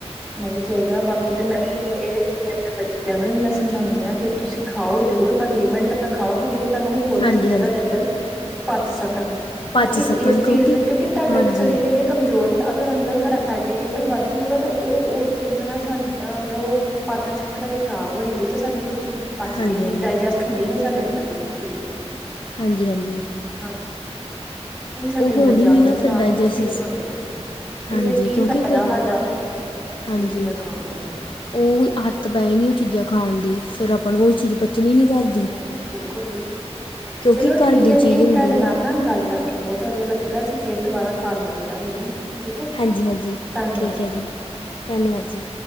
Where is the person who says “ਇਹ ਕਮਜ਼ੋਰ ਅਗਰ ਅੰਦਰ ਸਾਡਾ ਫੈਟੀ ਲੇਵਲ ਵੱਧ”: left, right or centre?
Centre